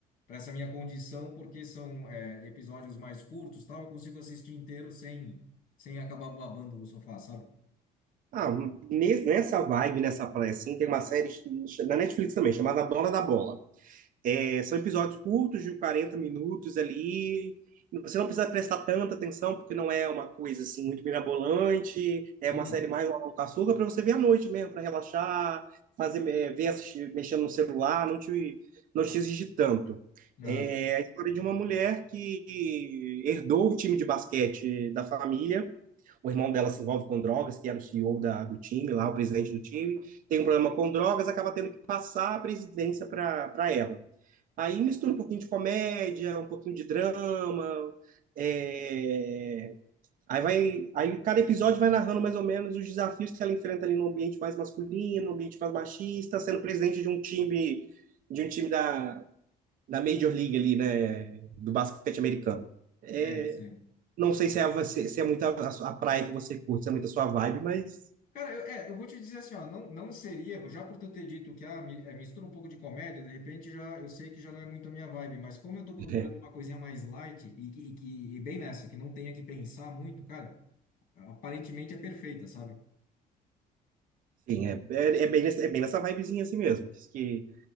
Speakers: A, on the left; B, on the right.
A: para essa minha condição, porque são é, episódios mais curtos, tal. Eu consigo assistir inteiro sem, sem acabar babando no sofá, sabe?
B: Ah, nes- nessa vibe, nessa praia, assim, tem uma série ch- na Netflix também, chamada Dona da Bola. É, são episódios curtos, de 40 minutos ali. Você não precisa prestar tanta atenção, porque não é uma coisa, assim, muito mirabolante. É
A: Hum,
B: uma série mais uma com açúcar para você ver à noite mesmo, para relaxar, fazer, é, ver, assistir, mexendo no celular, não te, não te exige tanto.
A: Aham,
B: É a história de uma mulher que herdou o time de basquete da família o irmão dela se envolve com drogas, que era o CEO da, do time, lá o presidente do time, tem um problema com drogas, acaba tendo que passar a presidência para ela. Aí mistura um pouquinho de comédia, um pouquinho de drama, é... aí vai, aí cada episódio vai narrando mais ou menos os desafios que ela enfrenta ali no ambiente mais masculino, no ambiente mais machista, sendo presidente de um time de um time da, da Major League ali, né, do basquete americano. É,
A: sei, sei.
B: não sei se é, você, se é muito a, a praia que você curte, se é muito a sua vibe, mas
A: Cara, eu, é, eu vou te dizer assim, ó, não, não seria, já por tu ter dito que ah, mi- é, mistura um pouco de comédia, de repente já eu sei que já não é muito a minha vibe, mas como eu tô procurando
B: é,
A: uma coisinha mais light e, que- e, que- e bem nessa, que não tenha que pensar muito, cara, aparentemente é perfeita, sabe?
B: sim, é, é, é bem, nessa- é bem nessa vibezinha assim mesmo. Que